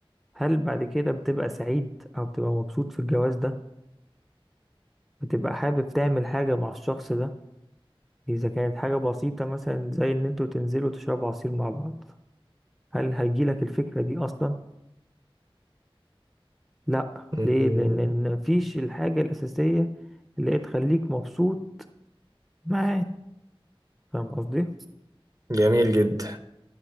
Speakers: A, in the centre; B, on the right.
A: هل بعد كده بتبقى سعيد او بتبقى مبسوط في الجواز ده بتبقى حابب تعمل حاجة مع الشخص ده اذا كانت حاجة بسيطة مثلا زي ان انتوا تنزلوا تشربوا عصير مع بعض هل هيجيلك الفكرة دي اصلا لا
B: <laughs>
A: ليه لان مفيش الحاجة الاساسية اللي هي تخليك مبسوط معاه فاهم قصدي
B: جميل جدا